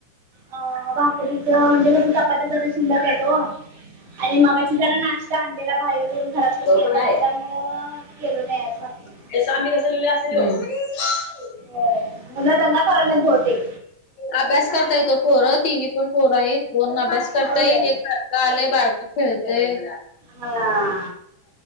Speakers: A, on the right; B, on the left.
A: अ भाकरीच म्हणजे <unintelligible> शिल्ल टाकावं आणि मगाशी जरा नाश्ता आणलेला बाहेरून घरात पण
B: बरोबर
A: केलता.
B: आहे.
A: त्याच्यामुळ केलो नाही आज भाकरी.
B: <unintelligible>
A: हो मुलं दंगा करायलात बहुतेक.
B: अभ्यास करतायत ओ पोर. तिन्ही पण पोर आहेत. दोन अभ्यास करता
A: होय
B: येत. एक बारक आलय. बारक खेळत.
A: हा